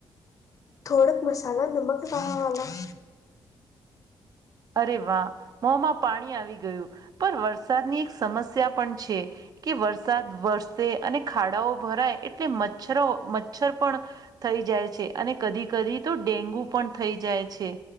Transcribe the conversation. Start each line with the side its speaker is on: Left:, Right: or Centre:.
Left: થોડક મસાલા, નમક લાવાલા
Right: અરે વાહ, મોંમાં પાણી આવી ગયું, પણ વરસાદની એક સમસ્યા પણ છે. કે વરસાદ વરસે, અને ખાડાઓ ભરાય, એટલે મચ્છરો મચ્છર પણ થઈ જાય છે, અને કદી કદી તો ડેન્ગુ પણ થઈ જાય છે.